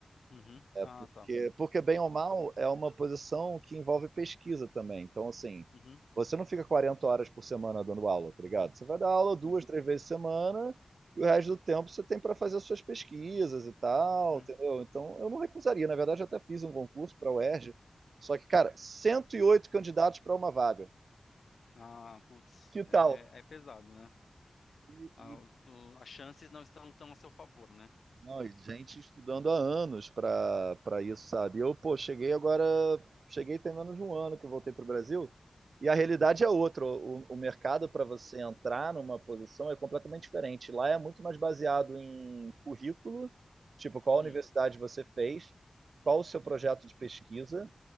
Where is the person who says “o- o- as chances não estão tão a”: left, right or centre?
Left